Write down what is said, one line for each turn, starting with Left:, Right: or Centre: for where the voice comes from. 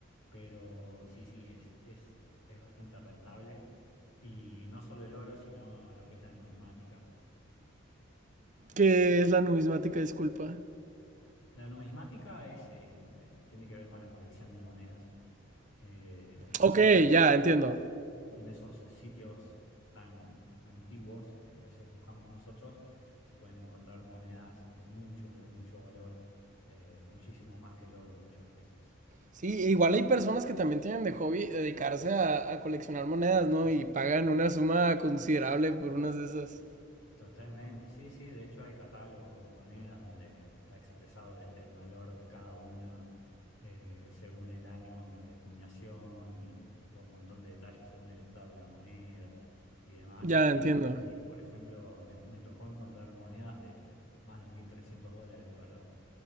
Left: Pero sí, sí, es, es, es bastante rentable. Y no solo el oro, sino lo que es la numismática.
Right: ¿Qué es la numismática? Disculpa.
Left: La numismática es, eh, eh, tiene que ver con la colección de monedas. Eh, entonces,
Right: Ok, ya, entiendo.
Left: en esos sitios tan antiguos que a veces buscamos nosotros, se pueden encontrar monedas de mucho, pero mucho valor, eh, muchísimo más que el oro muchas veces.
Right: Sí, e igual hay personas que también tienen de hobby dedicarse a, a coleccionar monedas, ¿no? Y pagan una suma considerable por unas de esas.
Left: Totalmente, sí, sí, de hecho hay catálogos de monedas donde está expresado el, el valor de cada una eh, según el año de acuñación y todo un montón de detalles según el estado de la moneda y demás.
Right: Ya,
Left: Y,
Right: entiendo.
Left: y- y, por ejemplo, me, me tocó encontrar monedas de más de 1.300 dólares de valor.